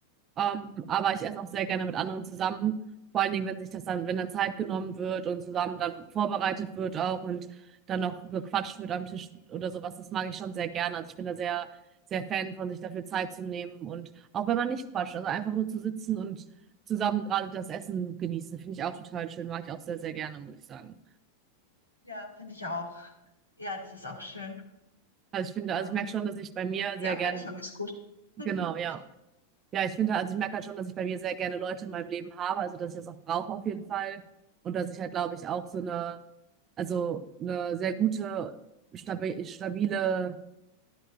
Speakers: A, on the right; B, on the left.
A: Ähm, aber ich esse auch sehr gerne mit anderen zusammen. Vor allen Dingen, wenn sich das dann, wenn dann Zeit genommen wird und zusammen dann vorbereitet wird auch und dann noch gequatscht wird am Tisch oder sowas, das mag ich schon sehr gerne. Also ich bin da sehr, sehr Fan von, sich dafür Zeit zu nehmen und auch wenn man nicht quatscht, also einfach nur zu sitzen und zusammen gerade das Essen genießen, finde ich auch total schön, mag ich auch sehr, sehr gerne, muss ich sagen.
B: Ja, finde ich auch. Ja, das ist auch schön.
A: Also ich finde,
B: Ähm,
A: also ich merke schon, dass ich bei mir sehr
B: die Abwechslung
A: gerne,
B: ist gut.
A: genau,
B: <laughs>
A: ja. Ja, ich finde, also ich merke halt schon, dass ich bei mir sehr gerne Leute in meinem Leben habe, also dass ich das auch brauche auf jeden Fall. Und dass ich halt, glaube ich, auch so eine, also eine sehr gute, stabi stabile